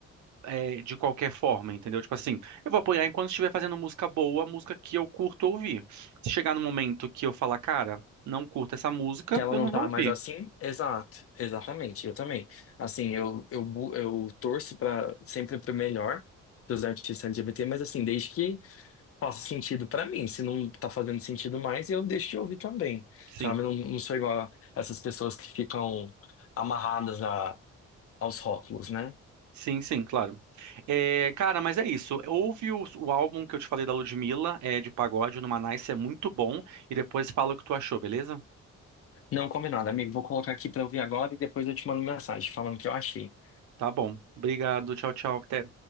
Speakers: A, on the right; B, on the left.
A: é, de qualquer forma, entendeu? Tipo assim, eu vou apoiar enquanto estiver fazendo música boa, música que eu curto ouvir. Se chegar no momento que eu falar, cara, não curto essa música,
B: Que ela
A: eu
B: não
A: não
B: tá
A: vou ouvir.
B: mais assim? Exato, exatamente, eu também. Assim, eu, eu, bu- eu torço para sempre pro melhor dos artistas LGBT, mas assim, desde que faça sentido pra mim. Se não tá fazendo sentido mais, eu deixo de ouvir também,
A: Sim,
B: sabe? Eu Não, não sou igual a essas pessoas que ficam amarradas a, aos rótulos, né?
A: sim, sim, claro. É, cara, mas é isso. Ouve o, o álbum que eu te falei da Ludmilla, é de pagode, no Nice, é muito bom. E depois fala o que tu achou, beleza?
B: Não, combinado, amigo. Vou colocar aqui pra ouvir agora e depois eu te mando mensagem falando o que eu achei.
A: Tá bom. Obrigado, tchau, tchau. Até.